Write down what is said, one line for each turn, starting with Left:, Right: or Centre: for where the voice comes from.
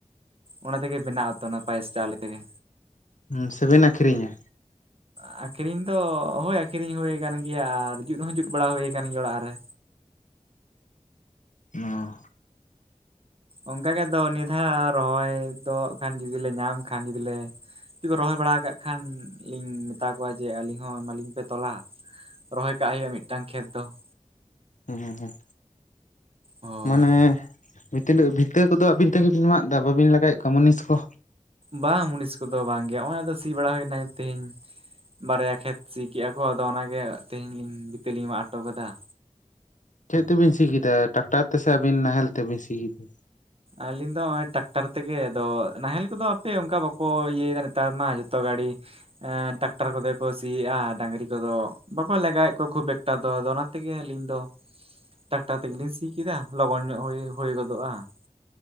Right: ᱚᱱᱟ ᱛᱮᱜᱮ ᱵᱮᱱᱟᱜ-ᱟ ᱛᱚ ᱚᱱᱟ ᱯᱟᱭᱮᱥ ᱪᱟᱣᱞᱮ ᱛᱮᱜᱮ᱾
Left: ᱦᱩᱸ ᱥᱮ ᱵᱤᱱ ᱟᱹᱠᱷᱨᱤᱧᱟ?
Right: ᱟᱸ ᱟᱠᱨᱤᱧ ᱫᱚ ᱦᱳᱭ ᱟᱠᱷᱨᱤᱧ ᱦᱩᱭ ᱠᱟᱱ ᱜᱮᱭᱟ ᱟᱨ ᱡᱩᱫ ᱦᱚᱸ ᱡᱩᱫ ᱵᱟᱲᱟ ᱦᱩᱭ ᱠᱟᱱ ᱜᱮᱭᱟ ᱚᱲᱟᱜ ᱨᱮ᱾
Left: ᱱᱚ
Right: ᱚᱸᱠᱟ ᱜᱮ ᱫᱚ ᱱᱤᱭᱟ. ᱫᱷᱟᱣ ᱨᱚᱦᱚᱭ ᱫᱚ ᱮᱸᱠᱷᱟᱱ ᱡᱩᱫᱤ ᱞᱮ ᱧᱟᱢ ᱠᱷᱟᱱ ᱡᱩᱫᱤ ᱞᱮ ᱡᱩᱫᱤ ᱠᱚ ᱨᱚᱦᱚᱭ ᱵᱟᱲᱟ ᱟᱠᱟᱫ ᱠᱷᱟᱱ ᱞᱤᱧ ᱢᱮᱛᱟ ᱠᱚᱣᱟ ᱡᱮ ᱟᱹᱞᱤᱧ ᱦᱚᱸ ᱮᱢᱟᱞᱤᱧ ᱯᱮ ᱛᱚᱞᱟ, ᱨᱚᱦᱚᱭ ᱠᱟᱜ ᱦᱩᱭᱩᱜ-ᱟ ᱢᱤᱫᱴᱟᱝ ᱠᱷᱮᱛ ᱫᱚ ᱾
Left: ᱦᱩᱸ ᱦᱩᱸ ᱦᱩᱸ,
Right: ᱦᱳᱭ
Left: ᱢᱟᱱᱮᱻᱦᱼᱼ ᱢᱤᱛᱟᱹᱱᱟᱹᱜ ᱵᱷᱤᱛᱟᱹᱨ ᱠᱚᱫᱚ ᱟᱹᱵᱤᱱ ᱛᱮᱜᱮ ᱵᱤᱱ ᱢᱟᱜ ᱮᱫᱟ ᱵᱟᱹᱵᱤᱱ ᱞᱟᱜᱟᱣᱮᱜ ᱠᱚᱣᱟ ᱢᱩᱱᱤᱥ ᱠᱚ?
Right: ᱵᱟᱝ ᱢᱩᱱᱤᱥ ᱠᱚᱫᱚ ᱵᱟᱝ ᱜᱮ, ᱦᱚᱸᱜ-ᱚᱭ ᱟᱫᱚ ᱥᱤ ᱵᱟᱲᱟ ᱦᱩᱭ ᱮᱱᱟ ᱮᱸ ᱛᱮᱦᱮᱧ ᱾ ᱵᱟᱨᱭᱟ ᱠᱷᱮᱛ ᱥᱤ ᱠᱮᱜ-ᱟ ᱠᱚ ᱟᱫᱚ ᱚᱱᱟ ᱜᱮ ᱛᱮᱦᱤᱧ ᱞᱤᱧ ᱡᱮᱛᱮ ᱞᱤᱧ ᱢᱟᱜ ᱦᱚᱴᱚ ᱠᱟᱫᱟᱜᱼᱟ᱾
Left: ᱪᱮᱫ ᱛᱮᱵᱤᱱ ᱥᱤ ᱠᱮᱫᱟ ᱴᱟᱠᱴᱟᱨ ᱛᱮᱥᱮ ᱟᱹᱵᱤᱱ ᱱᱟᱦᱮᱞ ᱛᱮᱵᱤᱱ ᱥᱤ ᱠᱮᱫᱟ?
Right: ᱟᱹᱞᱤᱧ ᱫᱚ ᱚᱸᱼᱚᱭ ᱴᱟᱠᱴᱟᱨ ᱛᱮᱜᱮ ᱟᱫᱚ ᱱᱟᱦᱮᱞ ᱠᱚᱫᱚ ᱦᱟᱯᱮ ᱚᱸᱠᱟ ᱵᱟᱠᱚ ᱤᱭᱟᱹᱭᱮᱫᱟ ᱱᱮᱛᱟᱨ ᱢᱟ ᱡᱚᱛᱚ ᱜᱟᱹᱲᱤ᱾ ᱮᱸᱻ ᱴᱟᱠᱴᱟᱨ ᱠᱚᱛᱮ ᱠᱚ ᱥᱤ ᱭᱮᱜᱼᱟ, ᱰᱟᱺᱜᱽᱨᱤ ᱠᱚᱫᱚ ᱵᱟᱠᱚ ᱞᱟᱜᱟᱭᱮᱜ ᱠᱚᱣᱟ ᱠᱷᱩᱵ ᱮᱠᱴᱟ ᱫᱚ ᱟᱫᱚ ᱚᱱᱟ ᱛᱮᱜᱮ ᱟᱹᱞᱤᱧ ᱫᱚ ᱴᱟᱠᱴᱟᱨ ᱛᱮᱜᱮ ᱞᱤᱧ ᱥᱤ ᱠᱮᱫᱟ ᱞᱚᱜᱚᱱ ᱧᱚᱜ ᱦᱩᱭ ᱦᱩᱭ ᱜᱚᱫᱚᱜᱼᱟ ᱾